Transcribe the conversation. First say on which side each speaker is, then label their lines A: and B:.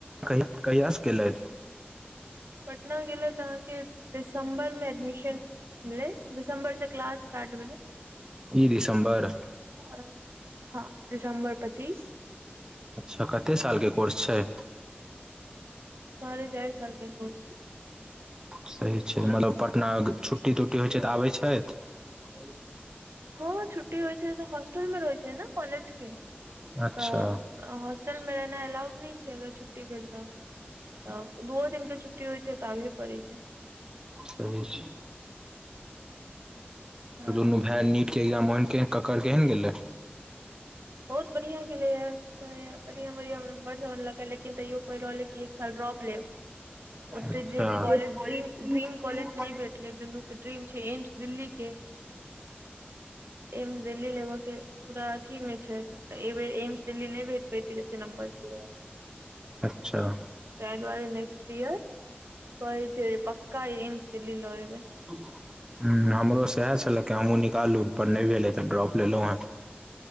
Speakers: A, on the right; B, on the right.
A: कह कहियासँ केलथि।
B: पटना गेलै तऽ अहाँके दिसम्बर मे एडमिशन भेलै दिसम्बर से क्लास स्टार्ट
A: <inaudible> ई दिसम्बर
B: आओ हँ दिसम्बर पच्चीस।
A: अच्छा कते
B: तऽ
A: सालके कोर्स छैय।
B: साढे चार सालके कोसै छैय।
A: सही छैय मतलब पटना छुट्टी तुट्टी होइ छैय तऽ आबै छैत। <inaudible>
B: हँ छुट्टी होइ छैय तऽ होस्टल मे रहै छैय ने कॉलेज के
A: अच्छा
B: तऽ होस्टल मे रहैना एलाउड न छैय अगर छुट्टी भेल तऽ। तऽ दूओ दिन के छुट्टी होइ छैय तऽ आबे पड़ैत छैय।
A: सही छैय।
B: हँ
A: दुनू भाय नीट के एग्जाम ओहन के केकर केहन गेलै।
B: बहुत बढ़िया गेले ये कहे बढ़िया बढ़ियां नम्बर सब आनलक है लेकिन तयो पैढ रहल ये कि एक साल ड्रप लेब ओते
A: अच्छा
B: जे कॉलेज
A: हूँ
B: ड्रीम ड्रीम कॉलेज नै भेठले दुनू के ड्रीम छैय एम्स दिल्ली के। एम्स दिल्ली लेबऽ के पूरा अधि मे छैय। छैय एहि बेर एम्स दिल्ली नहि भेट पैतते जते नम्बर छलै ये।
A: अच्छा हूँ
B: तइ दुआरे नेक्स्ट इयर कहै छैय पक्का एम्स दिल्ली लऽ एबै।
A: हूँ हमरो सएह छलक कि हमहूँ निकालू पर नहि भेले तऽ ड्रॉप लेलहुँं हेँ।